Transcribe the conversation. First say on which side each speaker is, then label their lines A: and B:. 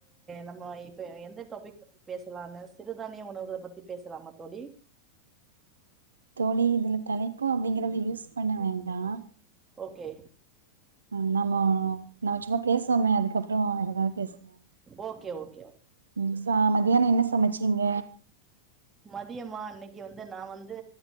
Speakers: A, on the right (about 15°); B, on the right (about 75°).
A: நம்ம இப்ப எந்த டாபிக் பத்தி பேசலாம்னு சிறுதானிய உணவுகளை பத்தி பேசலாமா தோழி
B: தோழி இதுல தலைப்பு அப்டிங்கறத யூஸ் பண்ண வேண்டாம்
A: ஓகே
B: ஆ நாமோ நம்ம சும்மா பேசுவோமே அதுக்கப்புறம் ஏதாவது பேசுவோம்
A: ஓகே ஓகே ஓ
B: புதுசா மதியானம் என்ன சமைச்சீங்க
A: மதியமா இன்னைக்கு வந்து நான் வந்து